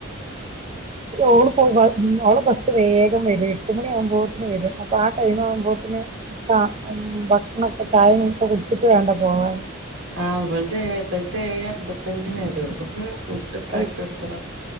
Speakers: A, on the right (about 30°); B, on the right (about 70°).
A: ഓള് പോ അവഓള് ബസ്സ് വേഗം വരും എട്ട് മണിയ ആകുമ്പന് വരും അപ്പൊ ആ ടൈം ആവുമ്പ ബോത്തിന് ഒക്ക ഉം ഭക്ഷണൊക്കെ ചായെം ഒക്കെ കുടിച്ചിട്ട് വേണ്ടേ പോകാന്
B: അവൾതെ ബൽതെ അമ്പത്തഞ്ചിനെരു ഫുഡ് ഇടണ്ടാക്കി
A: അത്
B: കൊടുക്കണം